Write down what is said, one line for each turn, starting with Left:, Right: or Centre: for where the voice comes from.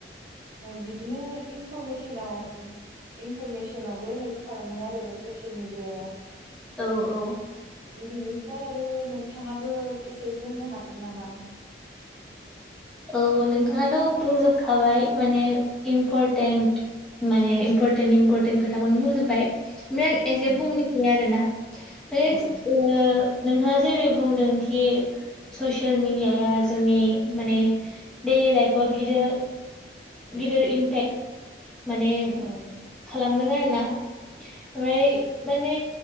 Right: बिदिनो इनफरमेसनाव इनफरमेसनावबो हेल्प खालामो आरो ससियेल मिडियाया।
Centre: औ औ।
Right: बिनिफ्राय आरो नोंथाङाबो एसे बुंनो हागोन नामा?
Centre: औ नोंथाङाथ' बुंजोबखाबाय माने इम्परटेन्ट माने इमपरटेन्ट इम्परटेन्ट खोथाखौनो बुंजोबबाय। ओमफ्राय आं एसे
Right: औ
Centre: बुंनोसै आरोना माने
Right: औ
Centre: नोंथाङा जेरै बुंदोंखि ससियेल मेडियाया जोंनि माने दैलि लाइफआव बिदिनो गिदिर इम्पेक्ट माने
Right: औ
Centre: खालामदों आरोना। ओमफ्राय माने